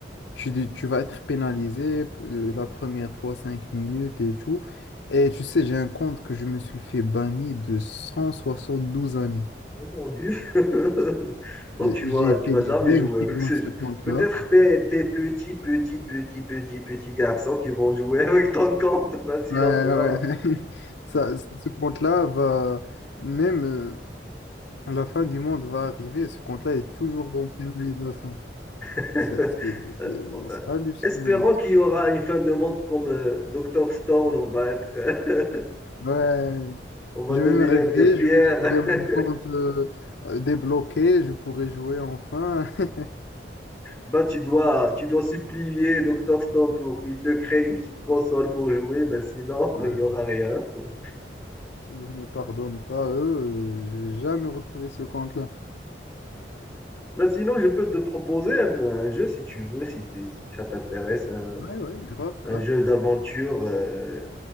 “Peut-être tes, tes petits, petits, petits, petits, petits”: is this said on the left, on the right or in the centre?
Centre